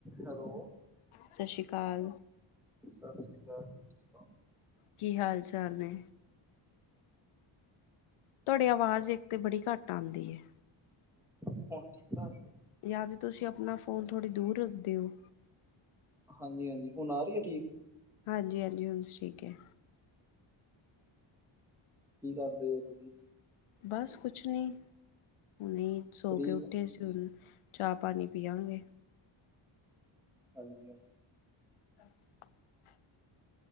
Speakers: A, in the centre; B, on the left (about 85°).
A: Hello
B: ਸਤਿ ਸ਼੍ਰੀ ਅਕਾਲ
A: ਸਤਿ ਸ਼੍ਰੀ ਅਕਾਲ। ਜੀ ਠੀਕ ਹੋ
B: ਕੀ ਹਾਲ ਚਾਲ ਨੇ। ਤੁਹਾਡੀੇ ਆਵਾਜ਼ ਇੱਕ ਤੇ ਬੜੀ ਘੱਟ ਆਉਂਦੀ।
A: ਹੁਣ ਠੀਕ ਆ ਰਹੀ।
B: ਜਾਂ ਤਾਂ ਤੁਸੀਂ ਆਪਣਾ ਫੋਨ ਥੋੜ੍ਹੀ ਦੂਰ ਰੱਖਦੇ ਹੋ।
A: ਹਾਂਜੀ ਹਾਂਜੀ ਹੁਣ ਆ ਰਹੀ ਹੈ ਠੀਕ।
B: ਹਾਂਜੀ ਹਾਂਜੀ ਹੁਣ ਠੀਕ ਹੈ।
A: ਕੀ ਕਰਦੇ ਹੋ ਤੁਸੀਂ।
B: ਬਸ ਕੁਛ ਨੀ ਹੁਣੇ ਈ ਸੋ
A: ਫ੍ਰੀ
B: ਕੇ ਉੱਠੇ
A: ਹੋ
B: ਸੀ ਹੁ। ਚਾਹ ਪਾਣੀ ਪੀਆਂਗੇ।
A: ਹਾਂਜੀ।
B: ਅੱਛਾ।